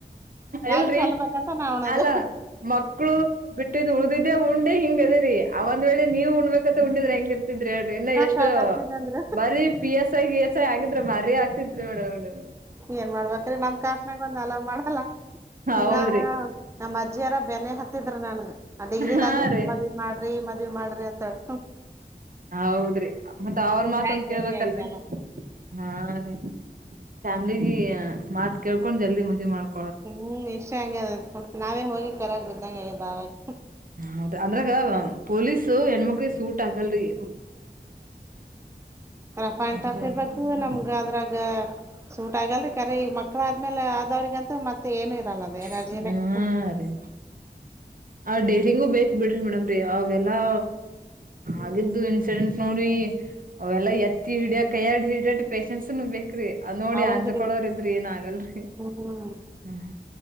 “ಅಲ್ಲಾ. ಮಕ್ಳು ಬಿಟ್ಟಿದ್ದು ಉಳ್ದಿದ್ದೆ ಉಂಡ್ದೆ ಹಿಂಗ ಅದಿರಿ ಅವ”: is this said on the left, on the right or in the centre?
Right